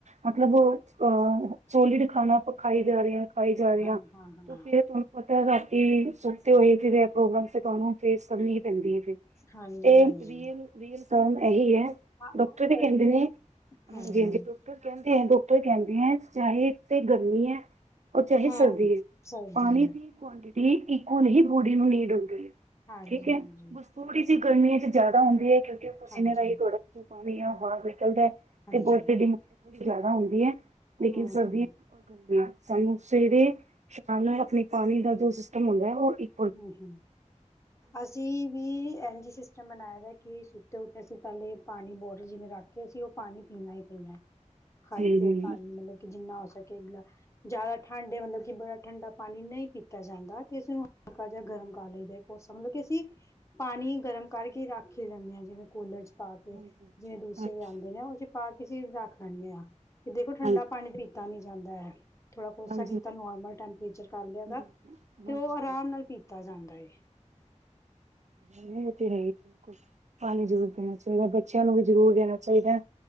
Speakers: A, on the right; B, on the left.
A: ਮਤਲਬ ਅਹ ਸੋਲਡ ਖਾਣਾ ਆਪਾਂ ਖਾਈ ਜਾ ਰਹੇ ਹਾਂ। ਖਾਈ ਜਾ ਰਹੀ
B: ਹਾਂ
A: ਹੈ ਤੇ
B: ਹਾਂ ਹਾਂ
A: ਫਿਰ ਤੁਹਾਨੂੰ ਪਤਾ ਰਾਤੀ ਸੁਸਤੇ ਹੋਏ ਪ੍ਰੋਬਲਮ ਤੁਹਾਨੂੰ ਫੇਸ ਕਰਨੀ ਹੀ ਪੈਂਦੀ ਹੈ। ਫਿਰ
B: ਹਾਂਜੀ
A: ਇਹ
B: ਹਾਂਜੀ
A: ਰੀਲ ਰੀਸ ਕਰਨ ਇਹੀ ਹੈ।
B: ਹਾਂ,
A: ਡਾਕਟਰ ਵੀ ਕਹਿੰਦੇ
B: ਉਹੀ
A: ਨੇ
B: ਹੈ ਨਾ ਹਮ
A: ਹਾਂਜੀ ਹਾਂ। ਡਾਕਟਰ ਕਹਿੰਦੇ ਹੈ ਡਾਕਟਰ ਕਹਿੰਦੇ ਚਾਹੇ ਤੇ ਗਰਮੀ ਹੈ। ਉਹ ਤੇ ਇਹੀ
B: ਹਮ
A: ਸੋਚਦੀ ਐ
B: ਸਰਦੀ
A: ਪਾਣੀ।
B: ਹੈ
A: ਕਵਾਂਟਟੀ ਇਕੁਲ ਹੀ ਬੋਡੀ ਨੂੰ ਨੀਡ ਹੁੰਦੀ ਐ
B: ਹਾਂਜੀ,
A: ਠੀਕ
B: ਹਾਂਜੀ,
A: ਐ। ਥੋੜੀ ਜੀ ਗਰਮਮੀ ਚ ਜ਼ਿਆਦਾ ਹੁੰਦੀ ਆ ਕਿਉਂਕਿ। ਪ੍ਰਸੀਨੇ
B: ਹਾਂਜੀ,
A: ਦਾ ਥੋੜਾ ਜਾ ਚ ਪਾਣੀ ਆ ਬਾਹਰ ਨਿਕਲਦਾ
B: ਹਾਂਜੀ,
A: ਤੇ ਬਹੁ ਥੋੜੀ ਜ਼ਿਆਦਾ ਹੁੰਦੀ ਐ ਲੇਕਿਨ
B: ਹੂੰ,
A: ਸਰਦੀਆਂ।
B: ਹੂੰ।
A: ਸਾਨੂੰ ਸਵੇਰੇ ਚਾਹ ਨਾਲ ਆਪਣੀ ਪਾਣੀ ਦਾ ਜੋ ਸਿਸਟਮ ਹੁੰਦਾ ਉਹ ਇੱਕ
B: ਹੂੰ ਹੀ, ਅਸੀਂ ਵੀ <unintelligible> <inaudible> ਮਨਾਏ ਦਾ ਕਿ ਸੁੱਤੇ ਉੱਠੇ ਅਸੀਂ ਪਹਿਲੇ ਪਾਣੀ ਬੋਟਲ ਜਿਵੇਂ ਰੱਖ ਕੇ ਅਸੀਂ ਉਹ ਪਾਣੀ ਪੀਣਾ ਹੀ ਪੀਣਾ।
A: <inaudible>
B: ਖਾਲੀ
A: ਜੀ
B: ਪੇਟ ਪਾਣੀ ਮਤਲਬ ਜਿੰਨਾ ਹੋ ਸਕੇ ਅਗਲਾ ਜ਼ਿਆਦਾ ਠੰਡੇ ਮਤਲਬ ਕਿ ਬੜਾ ਠੰਡਾ ਪਾਣੀ ਨਹੀਂ ਪੀਤਾ ਜਾਂਦਾ ਤੇ ਇਸ ਨੂੰ ਹਲਕਾ ਜਾ ਗਰਮ ਕਰਾ ਲਈਦਾ ਕੋਸਾ ਮਤਲਬ ਕੀ ਅਸੀਂ, ਪਾਣੀ ਗਰਮ ਕਰਕੇ ਰੱਖ ਹੀ ਲੈਂਦੇ ਹਾਂ ਜਿਵੇਂ ਕੂਲਰ ਚ ਪਾ ਕੇ
A: ਹਾਂਜੀ
B: ਜਿਵੇਂ ਦੂਸਰੇ
A: ਹਾਂਜੀ
B: ਆਂਦੇ ਨੇ ਉਹ ਚ ਪਾ ਕੇ ਅਸੀਂ ਰੱਖ ਲੈਂਦੇ ਹਾਂ ਕਿ ਦੇਖੋ ਠੰਡਾ
A: ਹਾਂਜੀ
B: ਪਾਣੀ ਪੀ ਤਾ ਵੀ ਜਾਂਦਾ ਹੈ ਥੋੜਾ ਕੋਸਾ
A: ਹਾਂਜੀ
B: ਕੀਤਾ ਨੋਰਮਲ ਟੈਂਪਰੇਚਰ ਕਰ ਲਿਆ ਉਹਦਾ
A: ਬਿਲਕੁਲ
B: ਤੇ
A: ਹਾਂਜੀ
B: ਉਹ ਆਰਾਮ ਨਾਲ ਪੀਤਾ ਜਾਂਦਾ ਏ।
A: ਇਹ ਤੇ ਹੈ। ਪਾਣੀ ਜ਼ਰੂਰ ਦੇਣਾ ਚਾਹੀਦਾ ਬੱਚਿਆਂ ਨੂੰ ਵੀ ਜ਼ਰੂਰ ਦੇਣਾ ਚਾਹੀਦਾ।